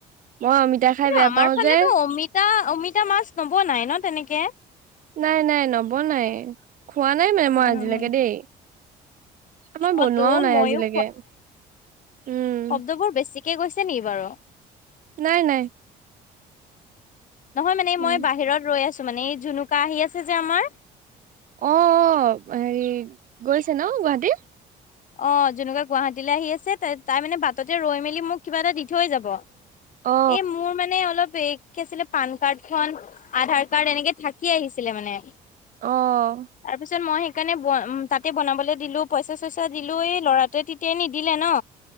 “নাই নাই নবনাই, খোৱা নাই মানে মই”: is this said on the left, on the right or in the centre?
Right